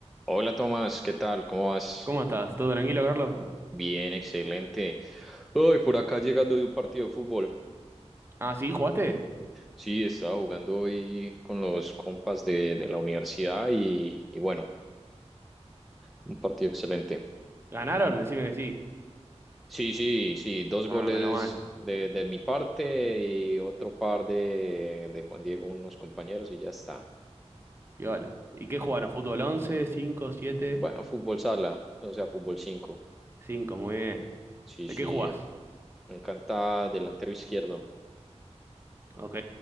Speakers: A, in the centre; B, on the right.
A: Hola Tomás, ¿qué tal? ¿Cómo vas?
B: ¿Cómo estás? ¿Todo tranquilo, Carlos?
A: Bien, excelente. Hoy por acá llegando de un partido de fútbol.
B: Ah, ¿sí? ¿Jugaste?
A: Sí, estaba jugando hoy con los compas de, de la universidad y, y bueno, un partido excelente.
B: ¿Ganaron? Decime que sí.
A: Sí, sí, sí, dos
B: Ah,
A: goles
B: menos mal.
A: de, de mi parte y otro par de, de Juan Diego, unos compañeros y ya está.
B: Piola. ¿Y qué jugaron? ¿Fútbol 11, 5, 7,
A: Bueno, fútbol sala, o sea, fútbol 5.
B: 5, muy bien.
A: Sí,
B: ¿De
A: sí,
B: qué jugás?
A: me encanta delantero izquierdo.
B: Ok.